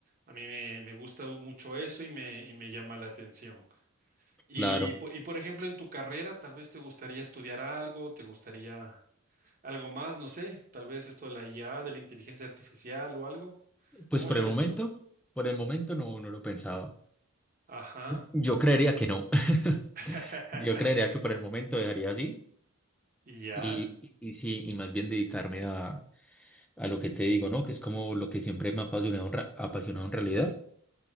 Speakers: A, on the right; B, in the centre.
A: a mí me, me gusta mucho eso y me, y me llama la atención. Y,
B: Claro,
A: po- y por ejemplo, en tu carrera, tal vez te gustaría estudiar algo, te gustaría algo más, no sé, tal vez esto de la IA, de la inteligencia artificial o algo. ¿Cómo
B: pues por
A: le
B: el
A: ves
B: momento,
A: tú?
B: por el momento no, no lo pensaba.
A: Ajá.
B: Yo creería que no. <laughs>
A: <laughs>
B: Yo creería que por el momento dejaría así
A: Y Ya.
B: y, y, y sí, y más bien dedicarme a, a lo que te digo, ¿no? Que es como lo que siempre me ha apasionado, en ra- apasionado en realidad.